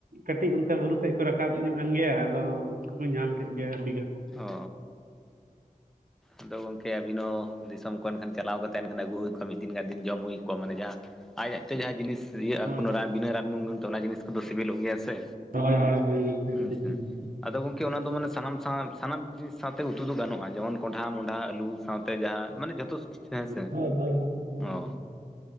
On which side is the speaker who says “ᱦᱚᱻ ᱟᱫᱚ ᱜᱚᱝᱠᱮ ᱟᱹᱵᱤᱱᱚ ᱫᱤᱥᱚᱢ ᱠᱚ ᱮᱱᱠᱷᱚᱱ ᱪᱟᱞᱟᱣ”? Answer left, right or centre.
Centre